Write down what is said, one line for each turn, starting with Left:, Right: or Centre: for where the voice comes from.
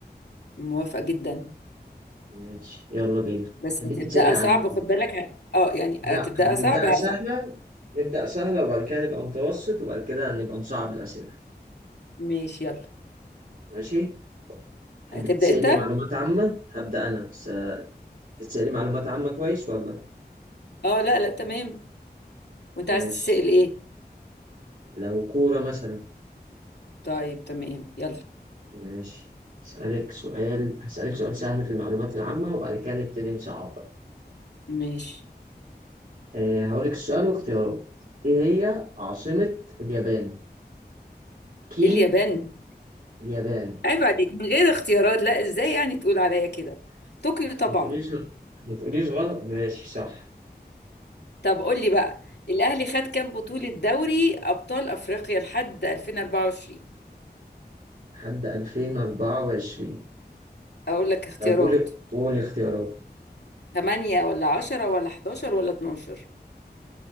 Left: موافقه جدا
Right: ماشي يلا بينا
Left: بس
Right: تحبي
Left: هتبداها
Right: تتسألي عن
Left: صعب خد بالك ه- اه يعني
Right: لا
Left: هتبداها صعب
Right: هنبدأ
Left: هزعل
Right: سهلة نبدأ سهلة وبعد كده نبقى متوسط وبعد كده نبقى نصعب الأسئلة
Left: ماشي يلا
Right: ماشي؟ تحبي
Left: هتبدا
Right: تتسألي
Left: انت
Right: معلومات عامة؟ هبدأ أنا بس تتسألي معلومات عامة كويس ولا؟
Left: اه لا لا تمام وانت
Right: ماشي
Left: عايز تسال ايه
Right: لو كورة مثلا
Left: طيب تمام يلا
Right: ماشي اسألك سؤال هسألك سؤال سهل في المعلومات العامة وبعد كده نبتدي نصعب بقى
Left: ماشي
Right: أه هقولك السؤال واختيارات ايه هي عاصمة اليابان؟ كين
Left: إيه اليابان
Right: اليابان
Left: عيب عليك من غير اختيارات لا ازاي يعني تقول عليا كده طوكيو
Right: عشان
Left: طبعا
Right: ما تقوليش ما تقوليش غلط ماشي صح
Left: طب قول لي بقى الاهلي خد كام بطوله دوري ابطال افريقيا لحد 2024
Right: لحد 2024
Left: اقول لك اختيارات
Right: طيب قولي قولي اختيارات
Left: تمانية ولا عشرة ولا حداشر ولا اتناشر